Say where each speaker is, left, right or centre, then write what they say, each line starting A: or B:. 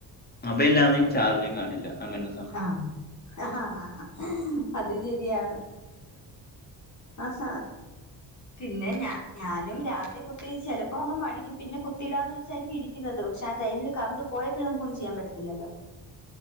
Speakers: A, on the left; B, on the left.
A: മൊബൈലാണെ ചാർജും കാണില്ല അങ്ങനെ
B: ആഹ് അത് ശെരിയാണ് അസ പിന്നെ ഞ ഞാനും രാവിലെ കു ത്തി ചിലപ്പോ അങ് മടിക്കും പിന്നെ കുത്തിയിടാന്ന് വെച്ചായിരിക്കും ഇരിക്കുന്നത് പക്ഷെ ആടൈമില് കർണ്ട് പോയപ്പോൾ ന്നമുക്ക് ഒന്നും ചെയ്യാൻ പറ്റത്തില്ലല്ലോ